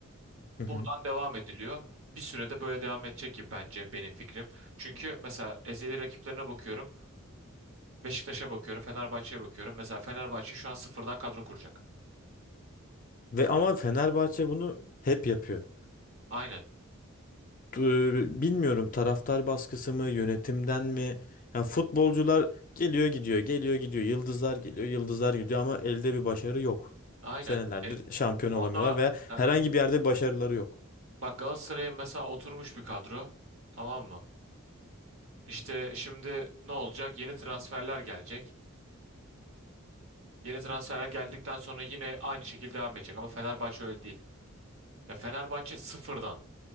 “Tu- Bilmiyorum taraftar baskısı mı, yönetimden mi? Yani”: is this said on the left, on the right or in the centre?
Left